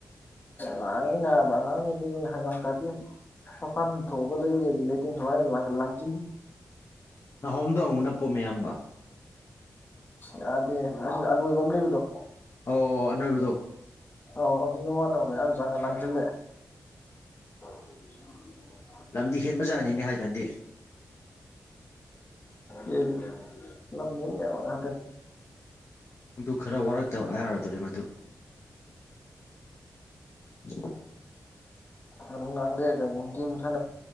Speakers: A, on the left; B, on the left.
A: ꯂꯥꯡꯏꯅꯦ ꯅꯥꯕ ꯑꯉꯥꯡ ꯅꯇ ꯍꯩꯉꯥꯡ ꯇꯥꯗꯦ ꯃꯄꯥꯟ ꯊꯣꯛꯑꯒ ꯂꯩꯔꯒꯦꯗꯤ ꯂꯩꯇ ꯁꯋꯥꯏ ꯂꯥꯡꯁꯤꯜꯂꯤ
B: ꯅꯍꯣꯝ ꯗꯅꯄꯣ ꯃꯌꯥꯝꯕ
A: ꯌꯥꯗꯦ ꯑꯁꯤꯗ ꯑꯅꯣꯏꯕ ꯑꯃ ꯂꯩꯕꯗꯣ
B: ꯑꯣ ꯑꯅꯣꯏꯕꯗꯣ
A: ꯑꯧ ꯑꯗꯨꯒꯤ ꯃꯃꯥꯟꯅꯕꯅꯦꯌꯥꯝ ꯆꯒ ꯂꯥꯡꯁꯤꯜꯂꯦ ꯎ
B: ꯂꯝꯗꯤ ꯍꯦꯟꯕꯖꯥꯅꯤꯅꯦ ꯍꯥꯏ ꯅꯗꯦ
A: ꯌꯦ ꯂꯝꯍꯦꯟꯕ ꯌꯕ ꯉꯥꯛꯇꯅꯦ
B: ꯅꯗꯨ ꯈꯔ ꯋꯥꯔꯛꯇꯕ ꯑꯌꯥꯔꯗꯣꯔꯤ ꯃꯗꯨ <unintelligible>
A: ꯑ ꯅꯪꯗ ꯀ ꯃꯇ